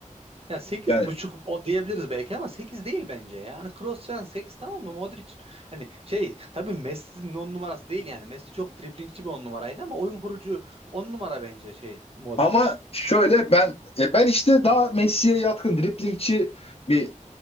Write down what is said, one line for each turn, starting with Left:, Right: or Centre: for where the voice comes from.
Right: Ya sekiz
Left: Yani
Right: buçuk o diyebiliriz belki ama 8 değil bence ya. Yani Kroos falan sekiz tamam mı? Modric hani şey tabii Messi'nin 10 numarası değil yani. Messi çok driblingçi bir on numaraydı ama oyun kurucu 10 numara bence şey Modric.
Left: Ama şöyle ben e, ben işte daha Messi'ye yatkın driblingçi bir